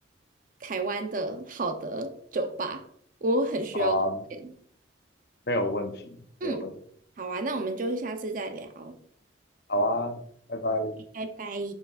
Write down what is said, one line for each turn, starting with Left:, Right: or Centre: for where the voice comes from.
Right: 台湾的好的酒吧，我很需要推荐。
Left: 好啊，没有问题，
Right: 嗯，
Left: 没有问题。
Right: 好啊，那我们就下次再聊，
Left: 好啊，拜拜。
Right: 拜拜。